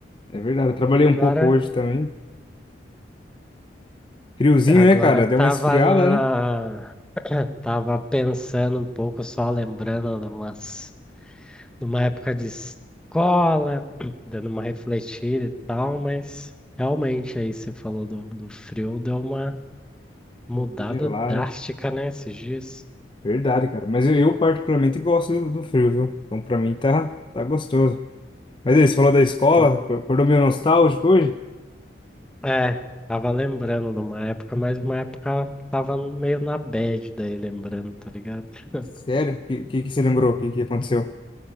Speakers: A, on the left; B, in the centre.
A: É verdade, eu trabalhei
B: E
A: um
B: agora,
A: pouco hoje também. Friozinho,
B: agora
A: né, cara?
B: tava
A: Deu uma esfriada,
B: na,
A: né?
B: <clears throat> tava pensando um pouco, só lembrando de umas, de uma época de escola, <clears throat> dando uma refletida e tal, mas realmente aí você falou do, do frio, deu uma Mudada
A: Deu uma gelada.
B: drástica, né, esses dias.
A: Verdade, cara. Mas eu, eu particularmente gosto do, do frio, viu? Então pra mim tá, tá gostoso. Mas aí, você falou da escola,
B: Hum.
A: acor- acordou meio nostálgico hoje?
B: É, tava lembrando de uma época, mas uma época tava meio na bad daí, lembrando, tá ligado? <laughs>
A: Sério? O que, que, que você lembrou? O que, que aconteceu?